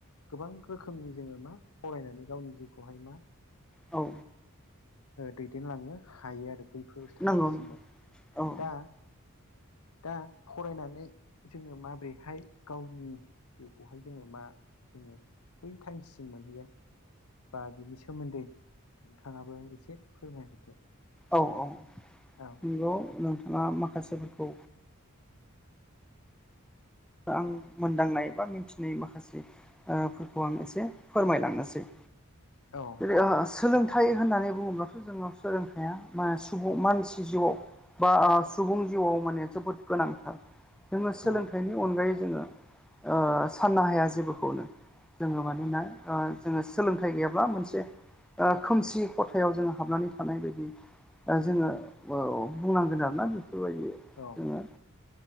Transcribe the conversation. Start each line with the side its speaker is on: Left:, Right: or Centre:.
Left: गोबां रोखोमनि जोङो मा फरायनानै गावनि जिउखौहाय मा
Centre: औ
Left: दैदेन लाङो हायो आरो बैफोर
Centre: नंगौ
Left: थांखिसिम मोन
Centre: औ
Left: दा दा फरायनानै जोङो माबोरैहाय गावनि जिउखौहाय जोङो मा जोङो बै थांखिसिम मोनहैगोन। बा बिनि सोमोन्दै नोंथाङाबो एसे फोरमायहरदो
Centre: औ औ नंगौ
Left: औ
Centre: नोंथाङा माखासेफोरखौ आं मोनदांनाय ए बा मिथिनाय माखासे ओ फोरखौ आं एसे फोरमायलांनोसै
Left: औ
Centre: जेरै सोलोंथाइ होननानै बुङोब्लाथ' जोंनो सोलोंथाइया मा सुबुं मानसि जिउआव बा ओ सुबुं जिउआव माने जोबोद गोनांथार जोङो सोलोंथा
Left: औ
Centre: अनगायै जोङो ओ साननो हाया जेबोखौनो जोङो मानोना ओ जोङो सोलोंथाइ गैयाब्ला मोनसे ओ खोमसि खथायाव जोङो हाबनानै थानाय बायदि दा जोङो ओ बुंनांगोन आरोना बेफोरबायदि
Left: औ
Centre: जोङो